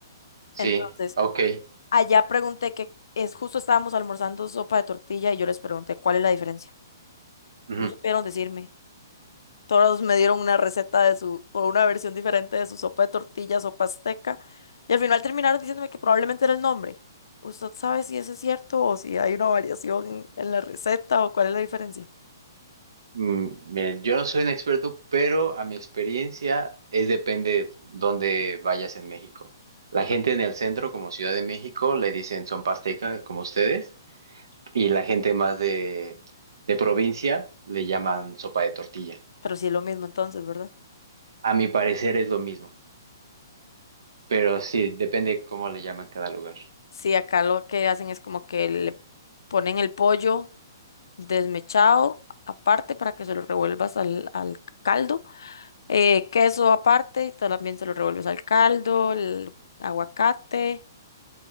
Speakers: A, on the right; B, on the left.
A: Sí,
B: Entonces,
A: ok.
B: allá pregunté que es justo estábamos almorzando sopa de tortilla y yo les pregunté cuál es la diferencia.
A: Ujú.
B: No supieron decirme. Todos me dieron una receta de su, o una versión diferente de su sopa de tortillas sopa azteca. Y al final terminaron diciéndome que probablemente era el nombre. ¿Usted sabe si eso es cierto o si hay una variación en, en la receta o cuál es la diferencia?
A: Mm, mira, yo no soy un experto, pero a mi experiencia es depende dónde vayas en México. La gente en el centro, como Ciudad de México, le dicen son pasteca, como ustedes. y la gente más de, de provincia le llaman sopa de tortilla.
B: Pero sí es lo mismo entonces, ¿verdad?
A: A mi parecer es lo mismo, pero sí, depende cómo le llaman cada lugar.
B: Sí, acá lo que hacen es como que le ponen el pollo desmechado aparte para que se lo revuelvas al, al caldo. eh, queso aparte, y también se lo revuelves al caldo, el aguacate.